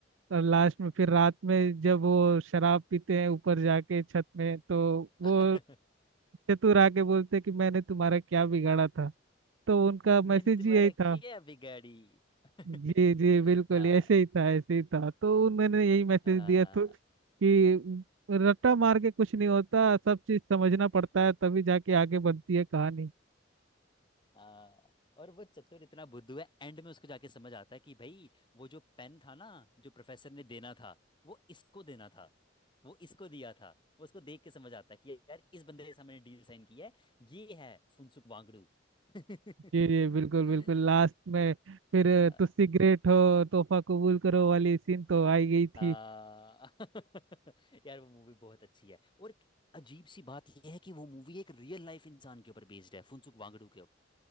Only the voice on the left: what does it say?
<laughs>
मैंने तुम्हारा
किया बिगाड़ी <laughs>
हाँ
हाँ हाँ
हाँ
हाँ और वो चतुर इतना बुद्धू है एंड में उसको जाके समझ आता है कि भाई वो जो पेन था ना जो प्रोफेसर ने देना था वो इसको देना था वो इसको दिया था वो उसको देख के समझ आता है कि यार इस बंदे के सामने डील साइन की है ये है फुनसुक वांगड़ू <laughs>
हाँ
हाँ। <laughs> यार वो मूवी बहुत अच्छी है और एक अजीब सी बात यह है कि वो मूवी एक रियल लाइफ इंसान के ऊपर बेस्ड है फुनसुक वांगड़ू के